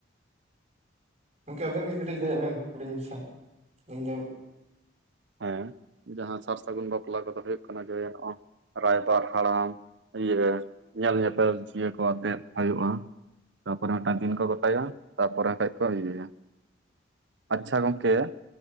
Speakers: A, on the right; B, on the right.
A: ᱜᱚᱢᱠᱮ ᱟᱵᱤᱱ ᱜᱮ ᱠᱟᱹᱴᱤᱡ ᱞᱟᱹᱭ ᱵᱮᱱ ᱦᱩᱰᱤᱧ ᱢᱟᱪᱷᱟ ᱤᱧ ᱫᱚ
B: ᱦᱮᱸ ᱡᱟᱦᱟᱸ ᱥᱟᱨ ᱥᱟᱹᱜᱩᱱ ᱵᱟᱯᱞᱟ ᱠᱚᱫᱚ ᱦᱩᱭᱩᱜ ᱠᱟᱱᱟ ᱡᱮ ᱱᱚᱼ ᱨᱟᱭᱵᱟᱨ ᱦᱟᱲᱟᱢ ᱤᱭᱟᱹ ᱧᱮᱞ ᱧᱮᱯᱮᱞ ᱤᱭᱟᱹ ᱠᱚ ᱟᱛᱮᱜ ᱦᱩᱭᱩᱜᱼᱟ ᱛᱟᱯᱚᱨᱮ ᱢᱤᱫᱴᱟᱝ ᱫᱤᱱ ᱠᱚ ᱜᱚᱴᱟᱭᱟ, ᱛᱟᱯᱚᱨᱮ ᱠᱷᱟᱡ ᱠᱚ ᱤᱭᱟᱹᱭᱟ ᱾ ᱟᱪᱪᱷᱟ ᱜᱚᱝᱠᱮ